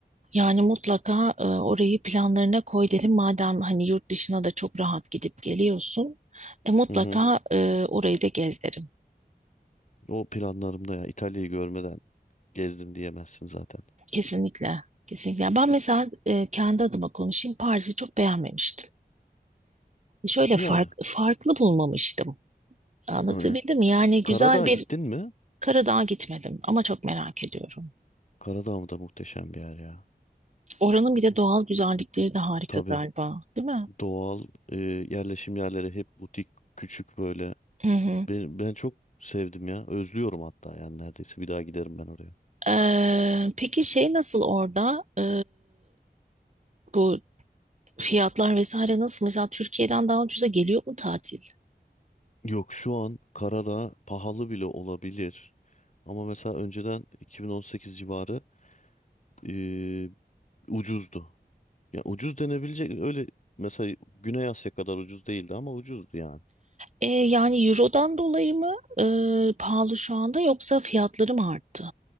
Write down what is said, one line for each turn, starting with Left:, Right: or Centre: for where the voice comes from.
Right: Yani mutlaka e, orayı planlarına koy derim madem hani yurt dışına da çok rahat gidip geliyorsun. E, mutlaka
Left: Hı hı.
Right: e, orayı da gez derim.
Left: O planlarımda ya. İtalya'yı görmeden gezdim diyemezsin zaten.
Right: Kesinlikle. Kesinlikle. Ben mesela e, kendi adıma konuşayım Paris'i çok beğenmemiştim. Şöyle
Left: Yani.
Right: fark, farklı bulmamıştım. Anlatabildim
Left: Aynen.
Right: mi? Yani
Left: Karadağ'a
Right: güzel bir
Left: gittin mi?
Right: Karadağ'a gitmedim ama çok merak ediyorum.
Left: Karadağ mı da muhteşem bir yer ya.
Right: Oranın bir de doğal güzellikleri de harika
Left: Tabii.
Right: galiba, değil mi?
Left: Doğal e, yerleşim yerleri hep butik, küçük böyle.
Right: Hı hı.
Left: Ben, ben çok sevdim ya. Özlüyorum hatta yani neredeyse bir daha giderim ben oraya.
Right: Ee, peki şey nasıl orada? Ee, bu fiyatlar vesaire nasıl? Mesela Türkiye'den daha ucuza geliyor mu tatil?
Left: Yok şu an Karadağ pahalı bile olabilir. Ama mesela önceden 2018 civarı eee, ucuzdu. Ya ucuz denebilecek öyle mesela Güney Asya kadar ucuz değildi ama ucuzdu yani.
Right: Ee, yani Euro'dan dolayı mı ee, pahalı şu anda yoksa fiyatları mı arttı?